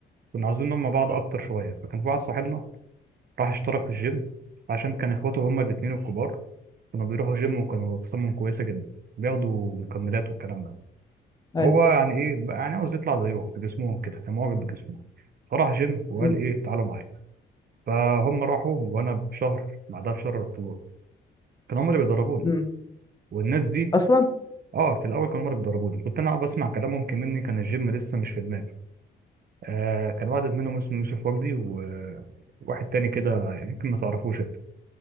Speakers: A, on the right; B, on the left.
A: كنا عاوزين نلم بعض اكتر شويه فكان في واحد صاحبنا راح اشترك في الجيم عشان كان اخواته هما الاتنين الكبار كانوا بيروحوا جيم وكانوا اجسامهم كويسه جدا بياخدوا مكملات والكلام ده
B: مم.
A: هو يعني ايه بقى يعني عاوز يطلع زيهم بجسمهم كده كان معجب بجسمهم فراح جيم وقال
B: امم
A: ايه تعالوا معايا فهم راحوا وانا بشهر بعدها بشهر رحت لهم كانوا هم اللي بيدربوني
B: امم
A: والناس دي
B: اصلا
A: اه في الاول كانوا هم اللي بيدربوني كنت انا أقعد بسمع كلامهم كمني كان الجيم لسه مش في دماغي آه كان واحد منهم اسمه يوسف وجدي وواحد تاني كده يمكن ما تعرفوش انت